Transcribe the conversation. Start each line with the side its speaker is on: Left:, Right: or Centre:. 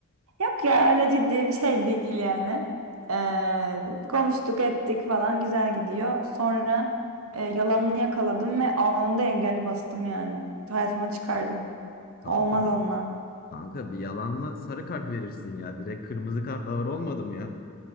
Right: Yok ya öyle ciddi bir şey değil yani. Ee, konuştuk ettik falan güzel gidiyor. Sonra e, yalanını yakaladım ve anında engeli bastım yani. Hayatıma çıkardım.
Left: Kanka.
Right: Olmaz onunla.
Left: Kanka bir yalanla sarı kart verirsin ya. Direkt kırmızı kart ağır olmadı mı ya?